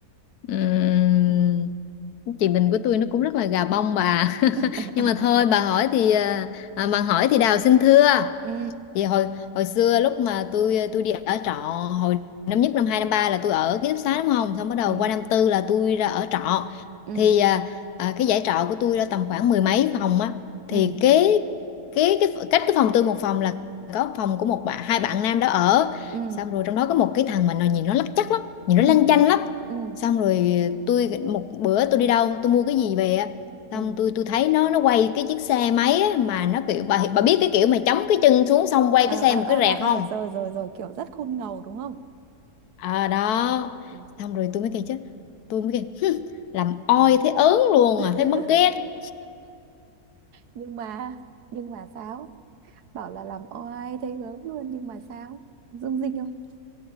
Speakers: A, on the left; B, on the right.
A: Ừm,
B: Ừ.
A: chị Bình của tôi nó cũng rất là gà bông bà
B: <laughs>
A: <laughs> nhưng mà thôi bà hỏi thì à, à, mà hỏi thì Đào xin thưa
B: ừ
A: thì hồi hồi xưa lúc mà tôi tôi đi ở trọ hồi năm nhất năm hai năm ba là tôi ở ký túc xá đúng không xong bắt đầu
B: ừ
A: qua năm tư là tôi ra ở trọ
B: ừ
A: thì à, à, cái dãy trọ của tôi là tầm khoảng mười mấy phòng á
B: ừ
A: thì kế kế cái cách cái phòng tôi một phòng là có phòng của một bạn hai bạn nam đó ở
B: ừ
A: xong rồi trong đó có một cái thằng mà nó nhìn nó lắc chắc lắm nhìn
B: ừ
A: nó lanh chanh lắm
B: ừ ừ
A: xong rồi tôi một bữa tôi đi đâu tôi mua cái gì về á xong
B: ừ.
A: tôi tôi thấy nó nó quay cái chiếc xe máy á, mà nó kiểu bà bà biết cái kiểu mà chống cái chân xuống xong quay
B: ờ
A: cái xe
B: ờ
A: một
B: ờ
A: cái
B: ờ
A: rẹt
B: ờ,
A: không
B: rồi rồi rồi kiểu rất khôn ngầu đúng không
A: à đó
B: ừ.
A: xong rồi tôi mới kêu chứ tôi mới kêu "Hứ, làm oi thấy ớn luôn
B: <laughs>
A: à thấy mất ghét
B: nhưng mà nhưng mà sao bảo là làm oai thấy gớm luôn nhưng mà sao dung dinh không